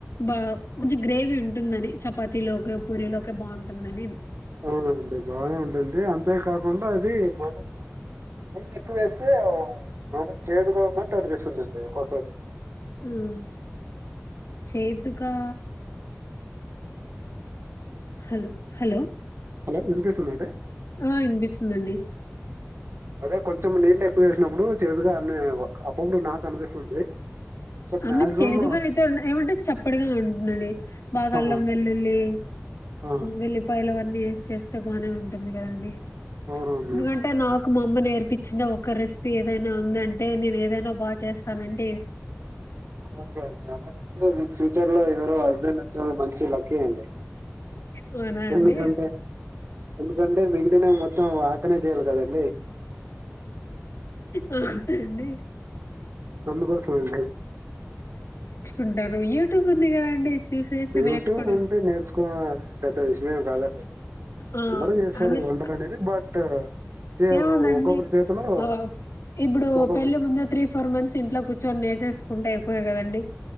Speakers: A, on the left; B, on the right.
A: బా కొంచెం గ్రేవీ ఉంటుందని చపాతీలోక పూరీ లోకే బాగుంటుందని.
B: అవునండి బానే ఉంటుంది అంతే కాకుండా అది మామూలు నేను ఎక్కువ వేస్తే మామూలు చేదుగా ఉన్నట్టు అనిపిస్తుందిండి. ఒకోసారి
A: ఉం చేదుగా. హలో హలో
B: హలో వినిపిస్తుందా అండి.
A: ఆ వినిపిస్తుందండి.
B: అదే కొంచెం నీళ్ళ ఎక్కువేసినప్పుడు చేదుగా అ అప్పుడప్పుడు నాకు అనిపిస్తుంది బట్
A: ఐ
B: మాక్సిమం
A: మీన్ చేదుగా అయితే ఏమంటే చప్పడిగా ఉంటుందండి బాగా
B: ఆ
A: అల్లం వెల్లుల్లి
B: ఆ
A: వెల్లిపాయలు అవన్నీ. చేస్తే బానే ఉంటుంది కదండి.
B: అవునండి
A: ఎందుకంటే నాకు మా అమ్మ నేర్ అనిపించిన ఒక రెసిపీ ఏదైనా ఉందంటే నేను ఏదైనా బాగా చేస్తా. సరేండి.
B: ఓకే అండి అలాగాతే మీకు ఫ్యూచర్ లో ఎవరో హస్బెండ్ వచ్చారు మంచి లక్కీ అండి.
A: అవునా అండి
B: ఒంటి గంటే ఒంటి గంటె మిగిలినయ్ మొత్త మొత్తం అతనే చేయాలి కదండి.
A: అవునండి.
B: అమ్మ కోసమండి.
A: ఉంటాను యూట్యూబ్ ఉంది కదండి. చూసేసి
B: యూట్యూబ్
A: నేర్చుకోవడం
B: ఉంటే నేర్చుకోడందే పెద్ద విషయం. ఇవి కాదండి
A: ఆ
B: అందరూ చేస్తారు
A: ఐ మీన్
B: వంటలు అనేది బట్ చే
A: ఏముందండి
B: ఒక్కొక్కరి చేతిలో
A: ఆ ఇప్పుడు
B: ఒక్కొక్క
A: పెళ్ళి ముందు త్రీ ఫోర్ మంత్స్ ఇంట్లో కూర్ ర్చొని నేర్చేసుకుంటే అయిపోయేది కదండి